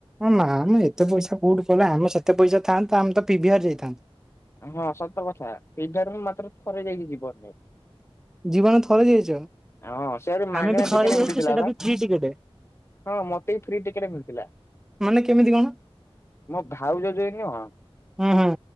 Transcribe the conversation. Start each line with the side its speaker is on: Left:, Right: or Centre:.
Centre: ହ ନା ଆମ ଏତେ ପଇସା କୋଉଠି କଲେ ଆମ ସେତେ ପଇସା ଥାନ୍ତା ଆମେ ତ ପିିବହାର ଯାଇଥାନ୍ତୁ।
Left: ହଁ ସତ କଥା ପିଭିଆର ମୁଁ ମାତ୍ର ଥରେ ଯାଇକି ଯିବନ ରେ।
Centre: ଜୀବନ ଥରେ ଯାଇଛ
Left: ହଁ ସେ ଆହୁରି ମାଗଣା
Centre: ଆମେ ବି ଥରେ
Left: ଟିକେଣ
Centre: ଯାଇଛୁ
Left: ମିଳିଥିଲା
Centre: ସେଇଟା
Left: ବା।
Centre: ବି ଫ୍ରି ଟିକେଟ
Left: ହଁ ମତେ ବି ଫ୍ରି ଟିକେଟ ମିଳିଥିଲା।
Centre: ମାନେ କେମିତି କଣ?
Left: ମୋ ଭାଉଜଜ ଯାଉ ନୁହ
Centre: ହୁଁ ହୁଁ